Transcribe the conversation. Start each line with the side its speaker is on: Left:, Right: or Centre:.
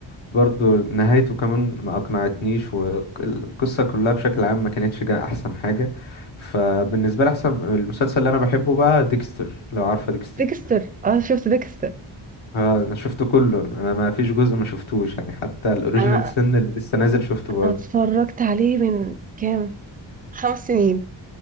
Left: برضو نهايته كمان ما اقنعتنيش والقصة كلها بشكل عام ما كانتش جا احسن حاجة فبالنسبة لي احسن المسلسل اللي انا بحبه بقى ديكستر لو عارفة ديكستر
Right: ديكستر اه شفت ديكستر
Left: اه انا شفته كله انا ما فيش جزء ما شفتوش يعني حتى الاوريجينال
Right: انا
Left: سن اللي لسه نازل شفته
Right: انا
Left: برضه
Right: اتفرجت عليه من كام خمس سنين